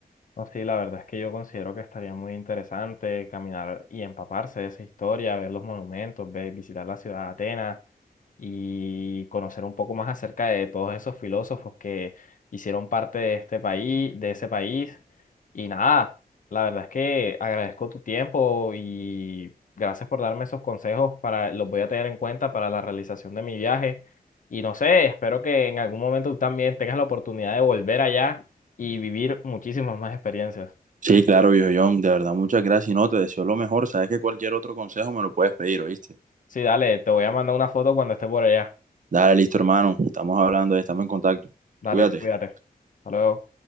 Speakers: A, on the left; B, on the right.
A: No, sí, la verdad es que yo considero que estaría muy interesante caminar y empaparse de esa historia, ver los monumentos, ve- visitar la ciudad de Atenas y conocer un poco más acerca de todos esos filósofos que hicieron parte de este país, de ese país. Y nada, la verdad es que agradezco tu tiempo y gracias por darme esos consejos para, los voy a tener en cuenta para la realización de mi viaje. Y no sé, espero que en algún momento tú también tengas la oportunidad de volver allá y vivir muchísimas más experiencias.
B: Sí, claro, viejo John, de verdad, muchas gracias y no, te deseo lo mejor, sabes que cualquier otro consejo me lo puedes pedir, ¿oíste?
A: Sí, dale, te voy a mandar una foto cuando esté por allá.
B: Dale, listo, hermano, estamos hablando, estamos en contacto,
A: Dale,
B: cuídate.
A: cuídate. Hasta luego.